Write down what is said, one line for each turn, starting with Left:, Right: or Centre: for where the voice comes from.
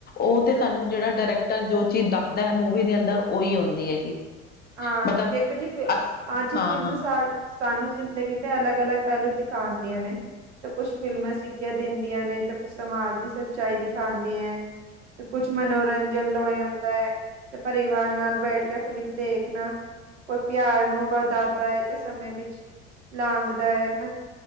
Left: ਉਹ ਤੇ
Right: ਹਾਂਜੀ
Left: ਸਾਨੂੰ ਜੇੜਾ ਡਾਇਰੈਕਟਰ ਜੋ ਚੀਜ਼ ਦੱਸਦਾ ਐ, ਮੂਵੀ ਦੇ ਅੰਦਰ ਓਈ ਔਂਦੀ ਹੈਗੀ।
Right: ਹਾਂਜੀ
Left: ਮਤਲਬ
Right: ਦੇਖੋ ਜੀ ਫਿਰ
Left: ਅਸ
Right: ਹਾਂਜੀ
Left: ਹਾਂ
Right: ਫਿਲਮ
Left: ਹਾਂ
Right: ਸਾਲ ਸਾਨੂੰ ਜ਼ਿੰਦਗੀ ਤੇ ਅਲੱਗ-ਅਲੱਗ ਪਹਿਲੂ ਦਿਖਾਦੀਆਂ ਨੇ ਤੇ ਕੁਛ ਫ਼ਿਲਮਾਂ ਸਿੱਖਿਆਂ ਦਿੰਦੀਆਂ ਨੇ, ਤੇ ਕੁਛ ਸਮਾਜ ਦੀ ਸੱਚਾਈ ਦਿਖਾਉਂਦੀਆਂ ਐਂ। ਤੇ ਕੁਛ ਮਨੋਰੰਜਨ ਲੋਏ ਹੁੰਦਾ ਏ ਤੇ ਪਰਿਵਾਰ ਨਾਲ ਬੈਠ ਕੇ ਫਿਲਮ ਦੇਖ ਨਾ ਕੋਈ ਪਿਆਰ ਨੂੰ ਵਦਾਦਾ ਐ ਤੇ ਸਮੇ ਵਿੱਚ ਲਾਂਘਦਾ ਐ ਮਤ